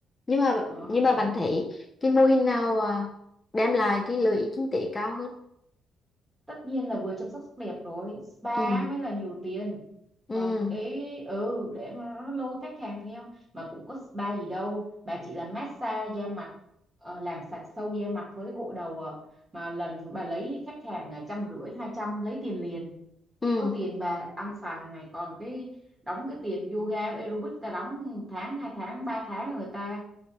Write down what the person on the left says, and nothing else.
nhưng mà
nhưng mà
bạn thấy cái mô hình nào à, đem lại cái lợi ích kinh tế cao hơn
ừ.
Ừ.
Ừ.